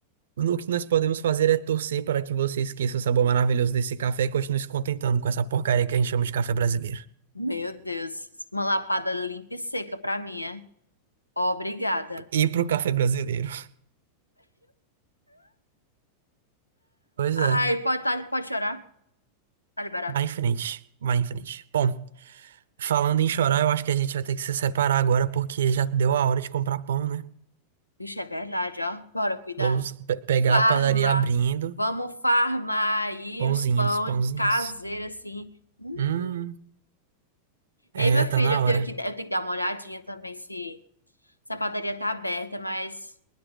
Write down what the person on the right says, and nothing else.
o que nós podemos fazer é torcer para que você esqueça o sabor maravilhoso desse café e continue se contentando com essa porcaria que a gente chama de café brasileiro.
E pro café brasileiro. Pois é.
Vai em frente, vai em frente. Bom, falando em chorar, eu acho que a gente vai ter que se separar agora porque já deu a hora de comprar pão, né?
Vamos pe- pegar
a padaria abrindo.
Pãozinhos,
pãozinhos.
Hum, é,
tá na
hora.